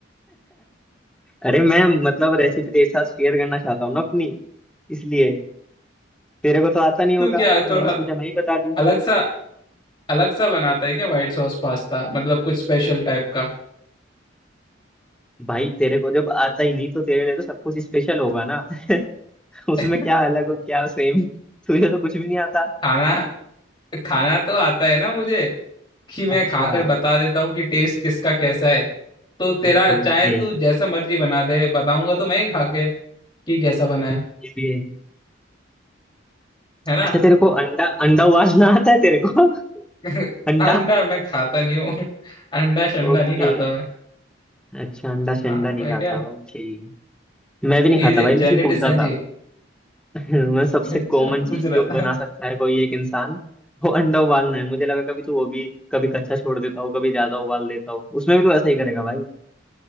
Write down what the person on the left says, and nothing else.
तू क्या थोड़ा
अलग सा अलग सा बनाता है क्या व्हाइट सॉस पास्ता मतलब कुछ स्पेशल टाइप का
<laughs>
खाना खाना तो आता है ना मुझे कि मैं
खाकर बता देता हूँ कि टेस्ट किसका कैसा है तो तेरा
चाहे
तू जैसा मर्जी बना दे बताऊंगा तो मैं ही खा के कि कैसा बना है
है ना
<laughs>
अंडा मैं खाता नहीं हूँ अंडा शंडा
नहीं खाता मैं
हाँ
मैं
क्या
ये
जेनेटिक्स
है जी
अच्छा
पूछ
रहा
था